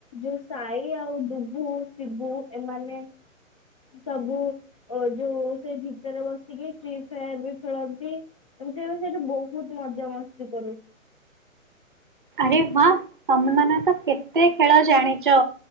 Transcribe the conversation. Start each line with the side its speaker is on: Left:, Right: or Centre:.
Left: ଯୋଉ ସାହି ଆଉ ଡୁବୁ ଶିବୁ ଏମାନେ ସବୁ ଅ ଯୋଉ ସେଇ ଭିତରେ ବସିକି ଫ୍ରି ଫାୟାର ବି ଖେଳନ୍ତି ଏମିତି ଆମେ ସେଇଠି ବହୁତ ମଜାାମସ୍ତି କରୁ।
Right: ହଁ ତମେ ମାନେ ତ କେତେ ଖେଳ ଜାଣିଛ